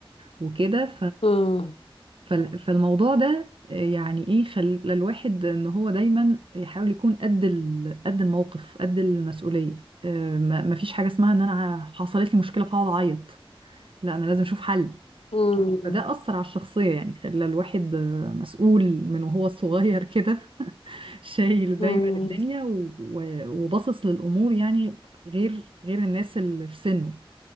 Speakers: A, on the right (about 65°); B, on the left (about 80°).
A: وكده
B: امم
A: فال- فالموضوع ده آه، يعني ايه خلى الواحد ان هو دايما يحاول يكون قد ال- قد الموقف قد المسؤوليه آه، ما ما فيش حاجه اسمها ان انا ع- حصلت لي مشكله فهقعد اعيط لا انا لازم اشوف حل
B: امم
A: فده اثر على الشخصيه يعني خلى الواحد آه، مسؤول من وهو صغير كده <laughs> شايل دايما
B: امم
A: الدنيا و- و- وباصص للامور يعني غير غير الناس اللي في سنه